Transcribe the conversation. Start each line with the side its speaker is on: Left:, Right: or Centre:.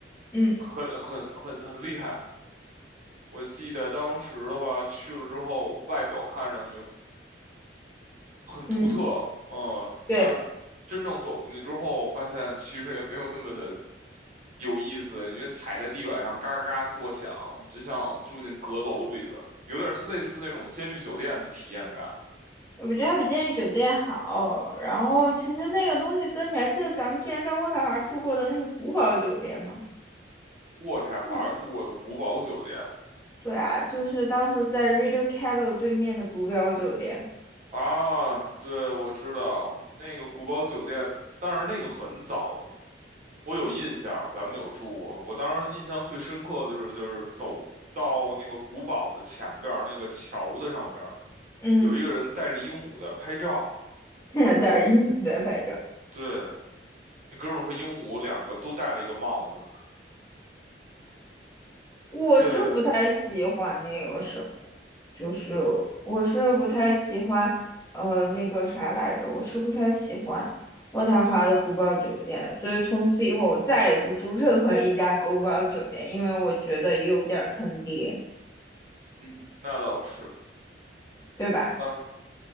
Left: 嗯
Right: 很很很很厉害。我记得当时的话，去了之后，外表看上去。很独特，
Left: 嗯，
Right: 嗯，
Left: 对，
Right: 但真正走进去之后，发现其实也没有那么的有意思，因为踩在地板上嘎嘎嘎作响，就像住进阁楼里了，有点类似那种监狱酒店的体验感。
Left: 我觉得它比监狱酒店好。然后其实那个东西跟你还记得咱们之前在渥太华住过的那个古堡酒店吗？
Right: 渥太华住过的古堡酒店
Left: 嗯，对啊，就是当时在 Radio Calo 对面的古堡酒店。
Right: 啊，对，我知道那个古堡酒店，但是那个很早我有印象，咱们有住过。我当时印象最深刻的是，就是走到那个古堡的前边儿那个桥的上边儿，
Left: 嗯，
Right: 有一个人带着鹦鹉在拍照。
Left: <laughs> 在那儿一在拍照。
Right: 对，那哥们儿和鹦鹉两个都戴了一个帽子。
Left: 我是不太喜欢那个什么，
Right: 对，
Left: 就是我是不太喜欢，呃，那个啥来着，我是不太喜欢渥太华的古堡酒店，所以从此以后我再也不住任何一家古堡酒店，因为我觉得有点儿坑爹，
Right: 嗯，那倒是。
Left: 对吧？
Right: 当